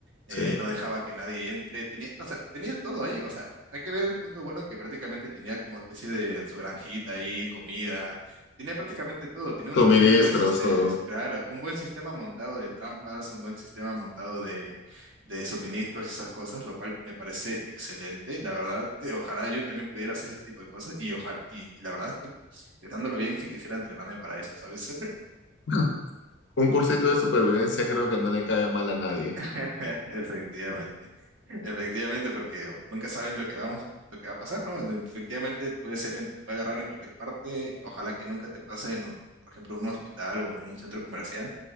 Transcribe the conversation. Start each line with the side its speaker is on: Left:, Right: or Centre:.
Right: eh,
Left: sí.
Right: no dejaba que nadie entre, tenía, o sea, tenía todo ahí, o sea, hay que ver el punto bueno que prácticamente tenía como especie de su granjita ahí, comida, tenía prácticamente todo, tenía
Left: Suministros,
Right: un, un buen sistema,
Left: todo.
Right: <laughs> claro, un buen sistema montado de trampas, un buen sistema montado de, de suministros y esas cosas, lo cual me parece excelente, la verdad, eh, ojalá yo también pudiera hacer ese tipo de cosas y ojalá, y, y la verdad, estoy pensándolo bien si quisiera entrenarme para eso, ¿sabes?
Left: <laughs> Un cursito de supervivencia creo que no le cae mal a nadie.
Right: <laughs> Efectivamente. Efectivamente, porque nunca sabes lo que vamos, lo que va a pasar, ¿no? Efectivamente puede ser, en- te puede agarrar en cualquier parte, ojalá que nunca te pase en, por ejemplo, en un hospital o en un centro comercial,